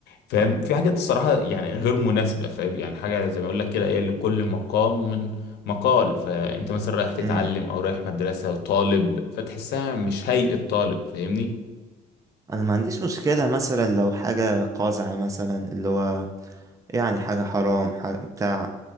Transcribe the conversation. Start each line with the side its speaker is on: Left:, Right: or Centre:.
Left: فاهم في حاجات الصراحة يعني غير مناسبة فاهم يعني حاجة زي ما أقول لك كده إيه لكل مقام من مقال فأنت مثلا رايح تتعلم
Right: مم.
Left: أو رايح مدرسة وطالب فتحسها مش هيئة طالب فاهمني
Right: انا ما عنديش مشكلة مثلا لو حاجة قازعة مثلا اللي هو يعني حاجة حرام حاجة بتاع